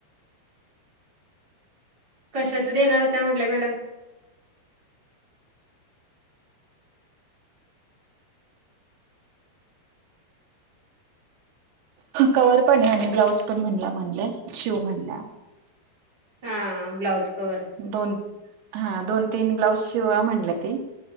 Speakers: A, on the right; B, on the right.
A: कशाच देणार होत्या म्हटल्या मॅडम?
B: कवर पण आहे आणि ब्लाऊज पण म्हणला म्हणल्या शिव म्हणल्या.
A: हा ब्लाौज कवर
B: दोन हा दोन तीन ब्लाउज शिवा म्हणल्या ती